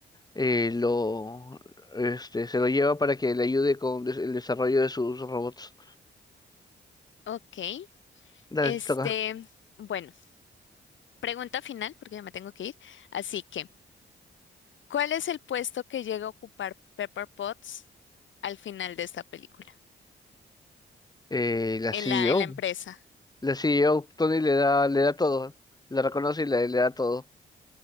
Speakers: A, on the left (about 20°); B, on the left (about 75°).
A: eh, lo, este, se lo lleva para que le ayude con des- el desarrollo de sus robots.
B: ok.
A: Dale,
B: Este,
A: te toca.
B: bueno, pregunta final, porque ya me tengo que ir. Así que, ¿cuál es el puesto que llega a ocupar Pepper Potts al final de esta película?
A: Eh, la
B: En
A: CEO,
B: la, en la empresa.
A: la CEO, Tony le da, le da todo, la reconoce y le le da todo.